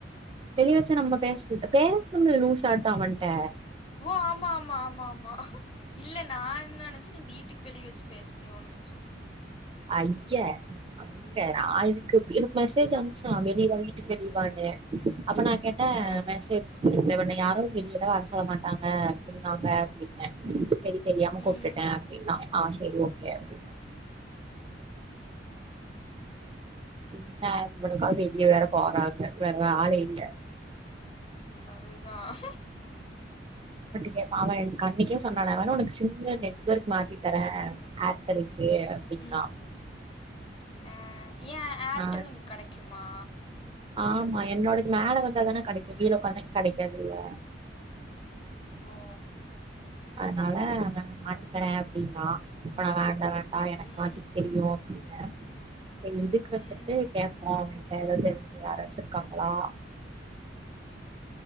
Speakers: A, on the right (about 30°); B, on the left (about 30°).
A: வெளியவச்சி நம்ம பேச பேசல லூஸ் ஆட்டம் அவன்ட்ட
B: ஓ ஆமா ஆமா ஆமா ஆமா இல்ல நானு நெனைச்சி நீ வீட் டுக்கு வெளிய வச்சி பேசனியோ யோன்ன ச்ச
A: ஐய அங்க நா எதுக்கு பே எனக்கு மெசேஜ் அம்ச்சான் வெளிய வா வீட்டுக்கு வெளிய வானு அப்ப நா கேட்டன்
B: அ,
A: மெசேஜி மு இவண்ண யாரும் வெளியில வர சொல்ல மாட்டாங்க அப்டின்னாங்க அப்டின்னே சேரி தெரியாம
B: ம்.
A: கூப்டுடே அப்டின்னா ஆ சேரி ஓகே அப்டி என்ன இவனுக்காக வெளிய வேற போறாங்க வேற வேல இல்ல
B: அதுதான்
A: கேட்பான் அவன் அன்னைக்கே சொன்னா நான் வேனா உனக்கு சிம் நெட்வொர்க் மாத்தி தரேன் ஆர்டெலுக்கு அப்டின்னா
B: ம். அ ஏன் ஏர்டெல்
A: நா
B: இங்க கிடைக்குமா
A: ஆமா என்னோட மேல வந்தா தானே கடைக்கும் கீழ உட்காந்தா கிடைக்காதுல்ல
B: ஓ!
A: அதனால அவன் மாத்தி தரேன் அப்டின்னா இப்ப நான் வேண்டாம் வேண்டாம் எனக்கு
B: ம்,
A: மாத்திக தெரியும் அப்படின்னே சரி இதுக்கு வந்துட்டு
B: ம்,
A: கேட்போம் அவனிட்ட ஏதாவது தெரி யாராச்சும் இருக்காங்களா